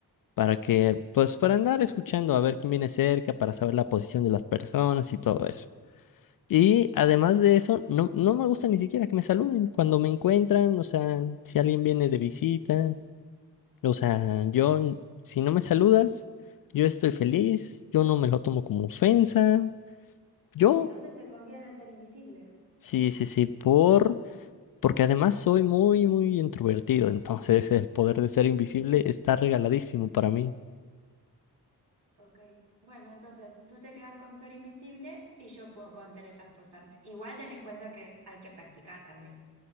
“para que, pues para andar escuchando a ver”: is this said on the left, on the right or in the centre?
Left